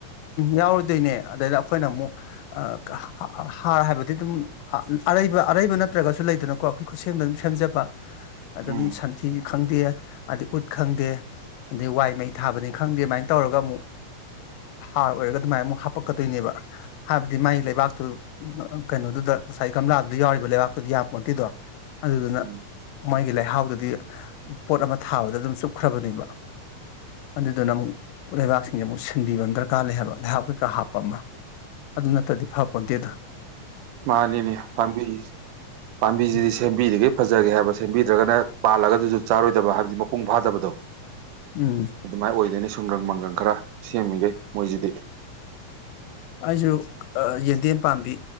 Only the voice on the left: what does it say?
ꯌꯥꯎꯔꯨꯗꯣꯏꯅꯦ ꯑꯗꯩꯗ ꯑꯈꯣꯏꯅ ꯑꯃꯨꯛ ꯑ ꯀ ꯍꯥꯔ ꯍꯥꯏꯕꯗꯤ ꯑꯗꯨꯝ ꯑ ꯑꯔꯩꯕ ꯑꯔꯩꯕ ꯅꯠꯇ꯭ꯔꯒꯁꯨ ꯂꯩꯗꯅꯀꯣ ꯑꯈꯣꯏ ꯈꯨꯠꯁꯦꯝꯗ ꯑꯗꯨꯝ ꯁꯦꯝꯖꯕ꯫ ꯑꯗꯨꯝ
ꯁꯟꯊꯤ ꯈꯪꯗꯦ ꯑꯗꯩ ꯎꯠ ꯈꯪꯗꯦ ꯑꯗꯩ ꯋꯥꯏ ꯃꯩ ꯊꯥꯕꯅꯤ ꯈꯪꯗꯦ ꯑꯗꯨꯃꯥꯏꯅ ꯇꯧꯔꯒ ꯑꯃꯨꯛ ꯍꯥꯔ ꯑꯣꯏꯔꯒ ꯑꯗꯨꯃꯥꯏꯅ ꯑꯃꯨꯛ ꯍꯥꯄꯛꯀꯗꯣꯏꯅꯦꯕ ꯍꯥꯏꯕꯗꯤ ꯃꯥꯒꯤ ꯂꯩꯕꯥꯛꯇꯨ ꯀꯩꯅꯣꯗꯨꯗ ꯉꯁꯥꯏ ꯒꯝꯂꯥꯗꯨꯗ ꯌꯥꯎꯔꯤꯕ ꯂꯩꯕꯥꯛꯇꯨꯗꯤ ꯌꯥꯄꯣꯟꯇꯤꯗꯣ ꯑꯗꯨꯗꯨꯅ
ꯃꯣꯏꯒꯤ ꯂꯩꯍꯥꯎꯗꯨꯗꯤ ꯄꯣꯠ ꯑꯃ ꯊꯥꯕꯗ ꯑꯗꯨꯝ ꯆꯨꯞꯈ꯭ꯔꯕꯅꯦꯕ꯫ ꯑꯗꯨꯗꯨꯅ ꯑꯃꯨꯛ ꯂꯩꯕꯥꯛꯁꯤꯡꯁꯦ ꯑꯃꯨꯛ ꯁꯤꯟꯕꯤꯕꯝ ꯗ꯭ꯔ ꯀꯥꯔ ꯂꯩ ꯍꯥꯏꯕ ꯂꯩꯥꯏꯍꯥꯎ ꯀꯩꯀꯥ ꯍꯥꯞꯄ ꯑꯃ ꯑꯗꯨ ꯅꯠꯇ꯭ꯔꯗꯤ ꯐꯄꯣꯟꯗꯦꯗ꯫
ꯎꯝ
ꯎꯝ
ꯖꯨ ꯑ ꯌꯦꯟꯗꯦꯟ ꯄꯥꯝꯕꯤ